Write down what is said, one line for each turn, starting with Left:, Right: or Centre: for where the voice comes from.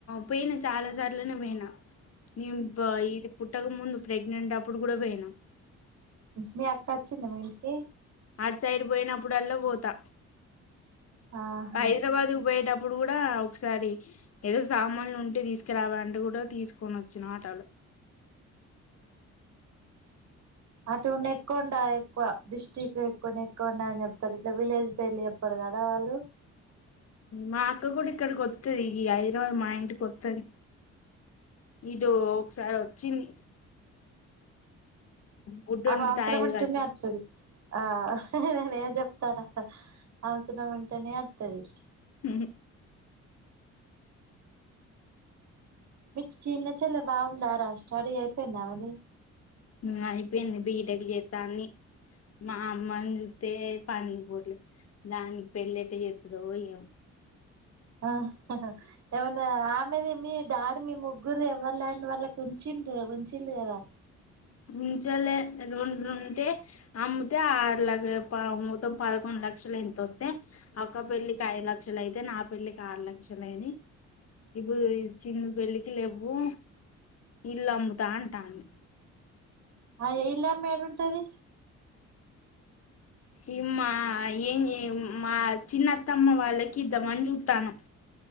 Left: పోయినా చాలా సార్లనే పోయినా న్యూ బ ఇది పుట్ పుట్టక ముందు ప్రెగ్నెంట్ అప్పుడు కూడా పోయినా
Right: మీ అక్క వచ్చింద మీ ఇంటికి
Left: ఆటు సైడ్ పోయినప్పుడు అల్లా పోతా
Right: ఆహా
Left: హైదరాబాద్ కు బోయేటపు అప్పుడు కూడా ఒకసారి ఏదో సామాన్లు ఉంటే తీసుకరావాలంటే కూడా తీసుకొని వచ్చిన అటోల
Right: అటు నెక్కొండ ఎక్కువ డిస్టిక్ ఎక్కువ నెక్కొండ అని చెప్తరు ఇట్ల విలేజ్ పేర్లు చెప్పరు కదా వాళ్ళు
Left: మా అక్క కూడా ఇక్కడికి వత్తది ఈ హైదరాబాద్ మా ఇంటికి వత్తది ఇదో ఒకసారి వచ్చింది బుడ్డోనికి
Right: అమె అవసరం
Left: తాయేది
Right: అంటేనే
Left: కట్టి
Right: అత్తది ఆ నేనేం చెప్తారా అవసరమంటనే అత్తది
Left: హ
Right: మీ కు చిన్న చెల్లే బాగుందారా స్టడీ అయిపెందా ఆమేది
Left: న అయిపేంది బీటెక్ చేతాన్నీ మా అమ్మ ను జూతే పనికి పోట్లే దానికి పెళ్లియేట చెతదో ఏమో
Right: ఆ ఏమన్నా ఆమెది మీ డాడి మీ ముగ్గురు ఎవ్వరి ల్యాండ్ వాళ్ళకి ఉంచిండు ఉంచిల్లు కదా
Left: ఉంచలే రెండుంటే అమ్ముతే ఆరు లక్షల పావు మొత్తం పదకొండు లక్షలు ఏంతోతే అక్క పెళ్ళికి ఐదు లక్షలు అయితే నా పెళ్లికి ఆరు లక్షలైనై ఇప్పు చిన్ను పెళ్ళికి లేవ్వు ఇల్లు అమ్ముతా అంటాడు
Right: అయ్యో ఇల్లు అమ్మి ఏడ ఉంటది
Left: ఇమా ఏంజే మా చిన్న అత్తమ్మ వాళ్ళకి ఇద్దాం అని జుతానం